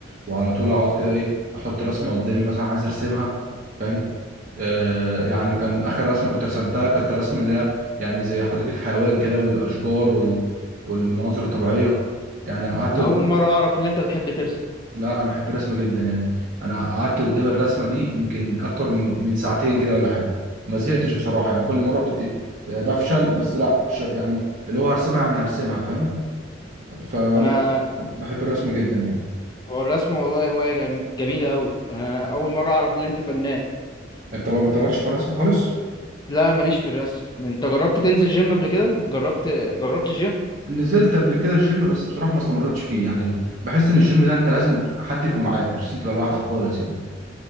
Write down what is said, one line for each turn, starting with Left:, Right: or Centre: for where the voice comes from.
Right: وعلى طول اقعد كده ايه احط رسمه قدامي مثلا عايز ارسمها فاهم آه يعني كان اخر رسمه كنت رسمتها كانت رسمه اللي هي يعني زي حديقه حيوان كده والاشجار وال... والمناظر الطبيعيه يعني قعدت
Left: انا
Right: قدام
Left: اول مره اعرف ان انت بتحب ترسم
Right: لا انا بحب الرسم جدا يعني انا قعدت قدام الرسمه دي يمكن اكتر من من ساعتين كده ولا حاجه ما زهقتش بصراحه يعني كل مره كنت آه، بفشل بس لا ش... يعني اللي هو هرسمها انا هرسمها فاهم فلا
Left: انا
Right: بحب الرسم جدا يعني
Left: هو الرسم والله هوايه جم... جميله قوي انا اول مره اعرف ان انت فنان
Right: انت بقى ما انت مالكش في الرسم خالص
Left: لا ماليش في الرسم انت جربت تنزل جيم قبل كده جربت جربت الجيم
Right: نزلت قبل كده الجيم بس بصراحه ما استمرتش فيه يعني بحس ان الجيم ده انت لازم حد يكون معاك مش لازم تبقى لوحدك خالص يعني